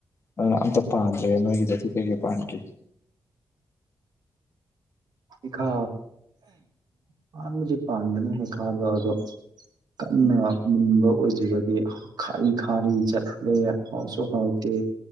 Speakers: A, on the left; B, on the right.
A: ꯑꯗꯨꯅ ꯑꯝꯇ ꯄꯥꯟꯗ꯭ꯔꯦ ꯅꯣꯏꯒꯤꯗꯗꯤ ꯀꯩ ꯀꯩ ꯄꯥꯟꯒꯦ
B: ꯍꯩꯈꯥ ꯄꯥꯟꯕꯨꯗꯤ ꯄꯥꯟꯕꯅꯤ ꯍꯩꯈꯥꯗꯣ ꯑꯗꯣ ꯀꯟꯅ ꯃꯨꯟꯕ ꯑꯣꯏꯗ꯭ꯔꯤꯕꯗꯤ ꯈꯥꯔꯤ ꯈꯥꯔꯤ ꯆꯠꯂꯦ ꯍꯥꯎꯁꯨ ꯍꯥꯎꯇꯦ